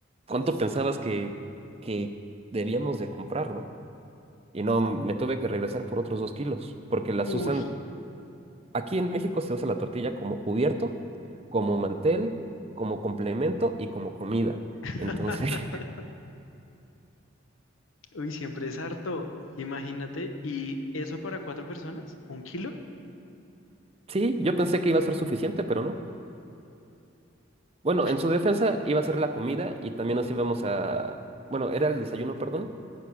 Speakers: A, on the right; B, on the left.
A: ¿cuánto pensabas que, que debíamos de comprar, no? Y no, me tuve que regresar por otros dos kilos, porque las
B: Uy,
A: usan, aquí en México se usa la tortilla como cubierto, como mantel, como complemento y como comida.
B: <laughs>
A: Entonces, <laughs>
B: uy, siempre es harto. Imagínate, ¿y eso para cuatro personas? ¿Un kilo?
A: sí, yo pensé que iba a ser suficiente, pero no. Bueno,
B: Uy,
A: en su defensa iba a ser la comida y también nos íbamos a, bueno, era el desayuno, perdón,